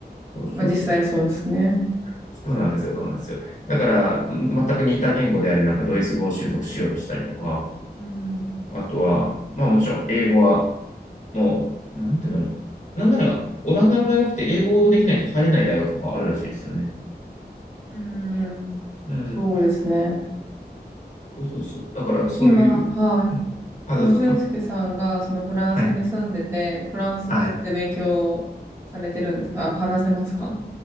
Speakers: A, on the left (about 45°); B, on the right (about 15°).
A: そうそうそうそう。
B: まあ実際そうですね。
A: そうなんですよ、そうなんですよ。だから、全く似た言語であり、なんかドイツ語を習得しようとしたりとか、
B: うん
A: あとは、まあもちろん英語は、もう、なんていうんだろう。なんなら、オランダの大学って英語できないと入れない大学とかあるらしいですよね。
B: うん、うんうんうん、
A: うん。
B: そうですね。
A: そうそうそう。だから、
B: え今、
A: そういう、
B: はい。
A: うんあ、
B: その俊介さんが、
A: どうぞ。
B: そのフランスに住んでて、
A: はい。
B: フランス語って勉強されてるんですかあ、
A: はい。
B: 話せますか